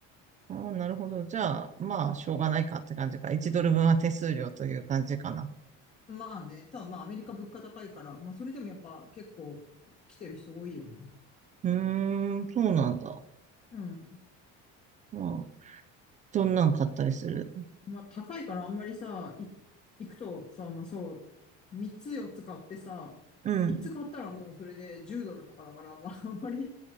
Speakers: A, on the right; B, on the left.
A: ああ、なるほど。じゃあ、まあ、しょうがないかって感じか。1ドル分は手数料という感じかな。
B: る。まあね、ただまあ、アメリカ物価高いから、まあ、それでもやっぱ結構来てる人多いよね。
A: うーん、そうなんだ。
B: うん。
A: まあ、どんなん買ったりする。
B: まあ、高いからあんまりさ、い行くとさ、まあそう、3つ4つ買ってさ、
A: うん。
B: 3つ買ったらもうそれで10ドルとかだから、まあ、あんまり